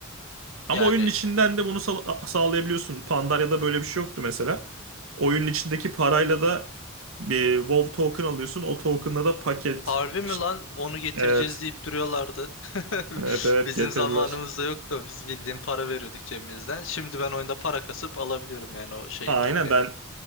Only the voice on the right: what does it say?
Ama
oyunun içinden de bunu sağ- sağlayabiliyorsun. Pandaria'da böyle bir şey yoktu mesela. Oyunun içindeki parayla da bir WoW token alıyorsun. O token'la da paket
işte
evet.
Evet evet
getirdiler.
Aynen
ben